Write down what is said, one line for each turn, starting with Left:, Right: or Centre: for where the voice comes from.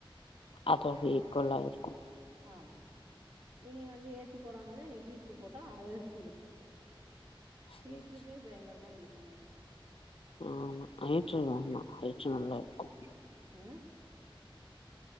Left: அதோட இக்வள்ளாயிறுக்கும்
Right: ஆமா இனி வந்து ஏசி போடாமதான் நீ ஹு விட்டுட்டு போட்டா அது இழுக்கும்
Left: சேரி
Right: வீட்டுருக்கே பயங்கரமா இருழுக்கும் உமம்
Left: ஆ ஆமா ஹியிற்று ஆமா ஹியிற்று நல்லா இழுக்கும்
Right: ம்